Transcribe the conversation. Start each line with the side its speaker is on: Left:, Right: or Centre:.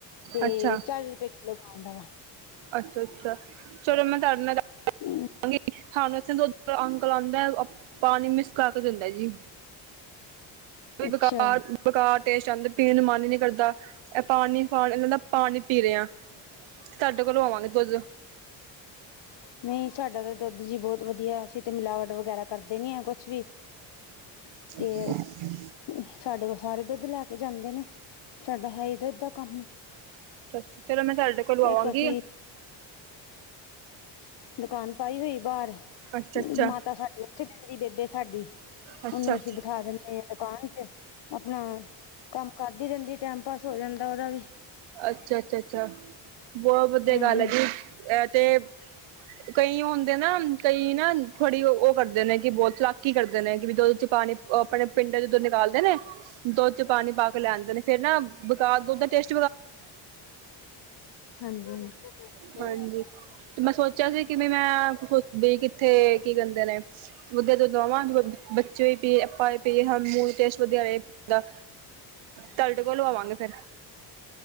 Left: ਤੇ
Right: ਅੱਛਾ
Left: ਚਾਲੀ ਰੁਪਏ ਕਿੱਲੋ ਗਾਂ ਦਾ ਵਾ
Right: ਅੱਛਾ ਅੱਛਾ ਚੋਲੋ ਮੈਂ ਤੁਹਡੇ ਨਾਲ
Left: ਵਾ
Right: ਹੈ ਸਾਨੂੰ ਇਥੇ ਦ ਅੰਕਲ ਆਂਦਾਏ ਅ ਪਾਨੀ ਮਿਸ ਕਰਕੇ ਦਿੰਦਾਏ ਜੀ।
Left: ਅੱਛਾ
Right: ਬਕਾਰ। ਬਕਾਰ ਟੇਸਟ ਆਂਦ ਪੀਨ ਨੂੰ ਮਨ ਹੀ ਨੀ ਕਰਦਾ, ਇਹ ਪਾਣੀ ਪਾ ਇਹ ਦਾ ਪਾਣੀ ਪੀ ਰੇਆਂ। ਸਾਡੇ ਕੋਲੋਂ ਵਾਂਗੇ ਦੁੱਧ।
Left: ਨੀ ਸਾਡਾ ਤਾਂ ਦੁਧ ਜੀ ਬੋਤ ਵਧੀਆ। ਅਸੀਂ ਤੇ ਮਿਲਾਵਟ ਵਗੈਰਾ ਕਰਦੇ ਨੀ ਏ ਕੁਛ ਵੀ।
Right: <inaudible>
Left: ਤੇ ਸਾਡੇ ਕੋਲ ਸਾਰੇ ਦੁੱਧ ਲੈ ਕੇ ਜਾਂਦੇ ਨੇ, ਸਾਡਾ ਹੈ ਈ ਦੁੱਧ ਦਾ ਕੰਮ।
Right: ਚ ਚਲੋ ਮੈਂ ਸਾਡੇ ਕੋਲ ਲੂਆਵਾਂਗੀ।
Left: ਇੱਕ ਅਸੀਂ ਦੁਕਾਨ ਪਾਈ ਹੋਈ ਬਾਰ,
Right: ਅੱਛਾ-ਅੱਛਾ,
Left: ਮਾਤਾ ਸਾਡੀ ਉੱਥੇ ਬੇਂਦੀ, ਬੇਬੇ ਸਾਡੀ।
Right: ਅੱਛਾ-ਅੱਛਾ,
Left: ਉਹਨੂੰ ਅਸੀਂ ਬਿਠਾ ਦਿੰਨੇ ਹਾਂ। ਦੁਕਾਨ ਚ, ਆਪਣਾ ਕੰਮ ਕਰਦੀ ਰੇਂਦੀ ਟੈਮ ਪਾਸ ਹੋ ਜਾਂਦਾ ਉਹਦਾ ਵੀ।
Right: ਅੱਛਾ-ਅੱਛਾ-ਅੱਛਾ ਬਹੁਤ ਵਧੀਆ
Left: ਹਮ
Right: ਗੱਲ ਆ ਜਾ ਤੇ ਕਈ ਉਹ ਹੁੰਦੇ ਨਾ, ਕਈ ਨਾ ਥੋੜੀ ਉ ਉਹ ਕਰਦੇ ਨੇ ਕਿ ਬੋਤ ਚਲਾਕੀ ਕਰਦੇ ਨੇ, ਕਿ ਵੀ ਦੁੱਧ ਚ ਪਾਣੀ ਉਹ ਆਪਣੇ ਪਿੰਡ ਚ ਧੁੱਧ ਨਿਕਾਲਦੇ ਨੇ, ਦੁੱਧ ਚ ਪਾਨੀ ਪਾ ਕੇ ਲੈਦੇ ਨੇ ਫੇਰ ਨਾ ਬਕਾ <unintelligible>
Left: ਹਾਂਜੀ ਹਾਂਜੀ
Right: ਹੁੰਦਾਏ। ਤੇ ਮੈਂ ਸੋਚਿਆ ਸੀ ਕਿ ਵੀ ਮੈਂ, ਬਈ ਕਿੱਥੇ ਕੀ ਕਹਿੰਦੇ ਨੇ ਵਧੀ ਤੋਂ ਦਵਾਵਾਂ ਬੱਚੇ ਈ ਪੀਏ ਅਪਾਂ ਵੀ ਪੀਏ ਸੂੰਹ ਤੇਸ ਵਧੀਆ ਰਏਗਾ। ਤਾਡੇ ਕੋਲ ਲੂਆਵਾਂਗੇ ਫੇਰ।